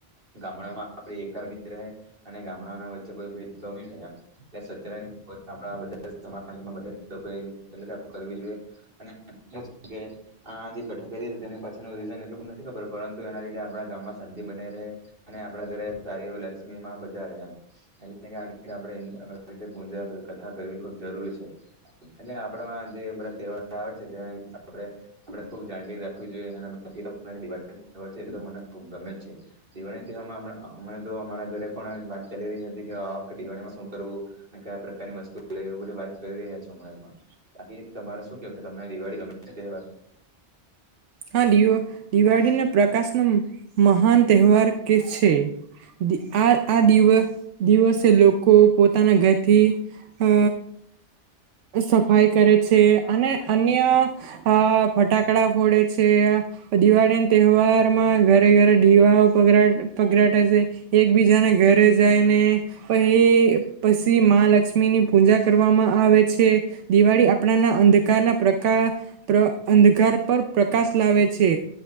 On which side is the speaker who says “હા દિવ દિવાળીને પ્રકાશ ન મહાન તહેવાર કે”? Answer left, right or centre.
Right